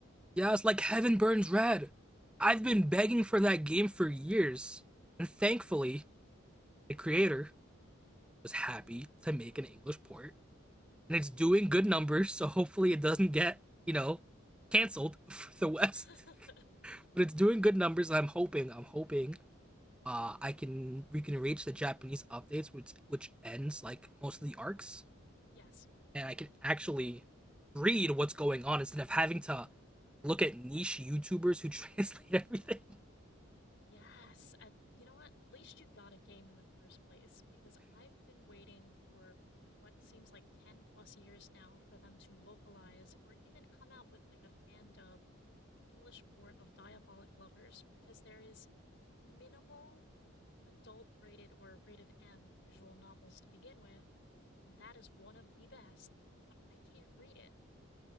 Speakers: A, in the centre; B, on the left.
A: yes. Like Heaven Burns Red. I've been begging for that game for years, and thankfully the creator was happy to make an English port, and it's doing good numbers. So hopefully it doesn't get you know canceled <laughs> for the West.
B: <laughs>
A: <laughs> But it's doing good numbers. I'm hoping, I'm hoping uh, I can we can reach the Japanese updates, which which ends like most of the arcs,
B: yes,
A: and I can actually read what's going on instead of having to look at niche YouTubers who <laughs> translate everything.
B: Yes. At, you know what? At least you got a game in the first place because I've been waiting for what seems like 10 plus years now for them to localize or even come out with like a fan dub English port of Diabolic Lovers because there is minimal adult rated or rated M visual novels to begin with, and that is one of the best, but I can't read it.